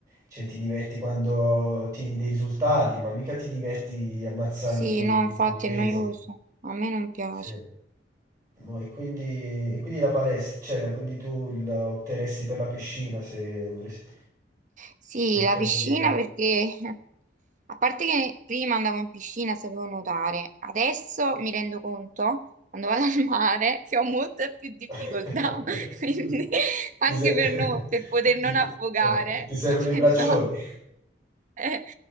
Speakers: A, on the right; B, on the right.
A: cioè, ti diverti quando ottieni dei risultati, ma mica ti diverti ammazzandoti
B: sì, no, infatti
A: con i pesi.
B: è noioso, a me non piace.
A: Sì. Boh, e quindi, e quindi la palestra, cioè, quindi tu il- opteresti per la piscina se avresti
B: Sì,
A: per il
B: la
A: tempo
B: piscina
A: libero.
B: perché, <laughs> a parte che prima andavo in piscina, sapevo nuotare, adesso mi rendo conto, quando vado al mare, <laughs> che ho molte più difficoltà,
A: <laughs>
B: <laughs> quindi anche
A: Ti, se-
B: per, no- per
A: <laughs>
B: poter
A: ti-
B: non affogare,
A: eh, ti servono
B: <laughs> ho
A: i
B: pensato.
A: braccioli.
B: Eh,